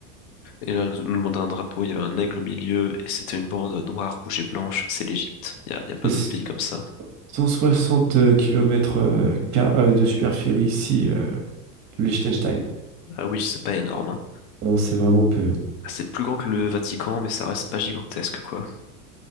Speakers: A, on the left; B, on the right.
A: Et là, on nous demandait un drapeau, il y avait un aigle au milieu, et c'était une bande noire, rouge et blanche. C'est l'Égypte. Il y a, il y a pas
B: C'est
A: d'autre pays comme ça.
B: 160 km de superficie, ici, euh, le Liechtenstein.
A: Ah oui, c'est pas énorme. hein.
B: Non, c'est vraiment peu.
A: Ah, C'est plus grand que le Vatican, mais ça reste pas gigantesque, quoi.